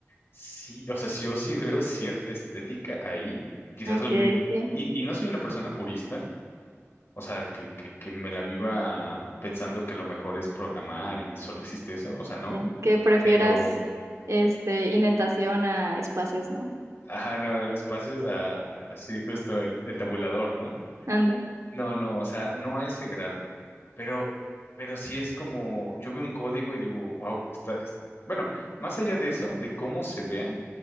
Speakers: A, on the left; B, on the right.
A: Sí, o sea, si yo sí veo <laughs> cierta estética ahí, quizás
B: Okay,
A: soy muy,
B: sí,
A: y, y no soy una persona purista O sea, que, que, que me la viva pensando que lo mejor es programar y solo existe eso, o sea, no,
B: sí. Que prefieras
A: pero,
B: este indentación a espacios, ¿no?
A: ajá, no, no, espacios a- así justo el, el tabulador, ¿no?
B: Anda.
A: No, no, o sea, no a ese grado, pero, pero sí es como, yo veo un código y digo, wow, está, es-". bueno, más allá de eso, de cómo se vea,